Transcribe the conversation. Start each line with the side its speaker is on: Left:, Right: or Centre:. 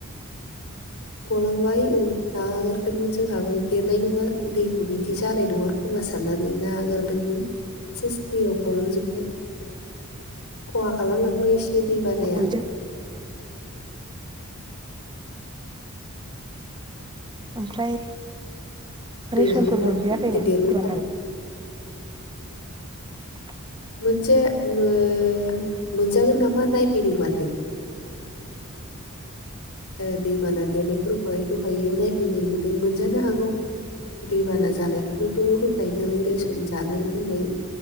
Left: गलांबाय औ नागारदोंमोन जोंहाबो देरनाय नङा दैखौ बिदि जानाय नङा खोमा सानानै नाआगारदोंमोन सेस दैयाव गलांजोबबाय। खहा खालामलांबाय एसे दै बानाया
Right: ओरैजाय ओमफ्राय
Left: दैयानो
Right: रेसनफोर
Left: बिराद
Right: मोनजायाखैनो दैबानानि
Left: देरबाय थादों
Right: <unintelligible>
Left: मोनसे मो मोनजागोन नामा नायफैदों माथो। ओ दैबाना देरनायफोरखौहाय दहायायो नायफैनाय नुदों मोनजानो हागौ। दैबाना जानायफोरनोथ' होखायो नालाय रेसन जानाय लोंनाय